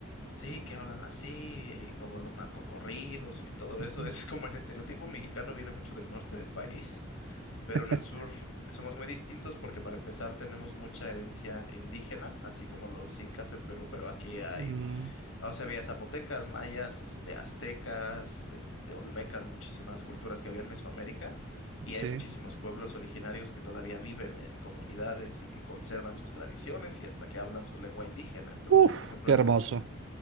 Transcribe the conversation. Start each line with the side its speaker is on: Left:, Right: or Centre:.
Left: Sí, que hablan así, y como los narcocorridos y todo
Right: Ujú.
Left: eso. <laughs> Es como el estereotipo mexicano viene mucho del norte del país, pero
Right: <laughs>
Left: en el sur somos muy distintos porque para empezar tenemos mucha herencia indígena, así como los incas en Perú, pero aquí hay,
Right: Mm,
Left: o sea, había zapotecas, mayas, este, aztecas, este, olmecas, muchísimas culturas que había en Mesoamérica. Y
Right: sí.
Left: hay muchísimos pueblos originarios que todavía viven en comunidades y que conservan sus tradiciones y hasta que hablan su lengua indígena. Entonces,
Right: Uf,
Left: por ejemplo,
Right: qué
Left: en
Right: hermoso.
Left: el